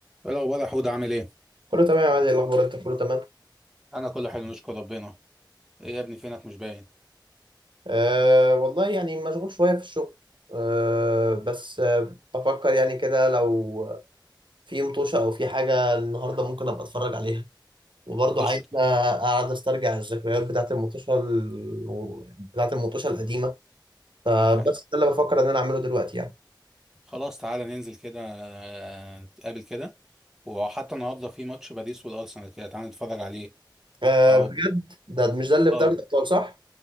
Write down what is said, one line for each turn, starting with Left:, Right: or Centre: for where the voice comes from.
Centre: ايه الاخبار يا حود عامل ايه
Right: كله تمام يا عادل إيه الاخبار انت كله تمام
Centre: انا كله حلو نشكر ربنا ايه يا ابني فينك مش باين
Right: أه والله يعني مشغول شويه في الشغل أه بس أه بفكر يعني كده لو في مطوشه او في حاجه النهارده ممكن ابقى اتفرج عليها وبرضه
Centre: قشطة
Right: عايز اقعد استرجع الذكريات بتاعت المطوشه ال... بتاعت المطوشه القديمه فبس
Centre: ح-
Right: ده اللي بفكر ان انا اعمله دلوقتي يعني
Centre: خلاص تعالى ننزل كده آه، نتقابل كده وحتى النهارده في ماتش باريس والارسنال كده تعالى نتفرج عليه
Right: أه
Centre: اه
Right: بجد ده مش ده اللي في
Centre: اه
Right: دوري الابطال صح